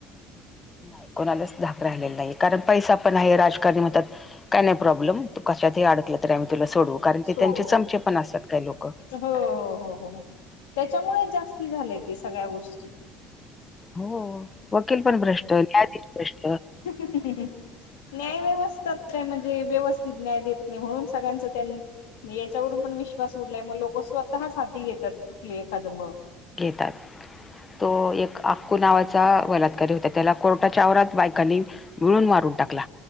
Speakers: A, on the left (about 25°); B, on the left (about 85°).
A: नाही कोणालाच धाक राहिलेला नाही कारण पैसा पण आहे राजकारणी मतात काही नाही प्रॉब्लेम तू कशातही अडकला त आम्ही तुला सोडवू कारण
B: सोडू
A: ते त्यांचे चमचे पण असतात काही लोक
B: हो हो हो त्याच्यामुळेच जास्ती झाले ते सगळ्या गोष्टी.
A: हो वकील पण भ्रष्ट, न्यायाधीश भ्रष्ट.
B: हम हम हम हा. न्याय व्यवस्थात काय म्हणजे व्यवस्थित न्याय देत नाही म्हणून सगळ्यांच त्यां याच्यावरून पण विश्वास उठलाय मग लोक स्वतःच हाती घेतात कुठले एखादं मग
A: घेतात तो एक आ कू नावाचा बलात्कारी होता त्याला कोर्टाच्या आववरात बायकांनी मिळून मारून टाकला.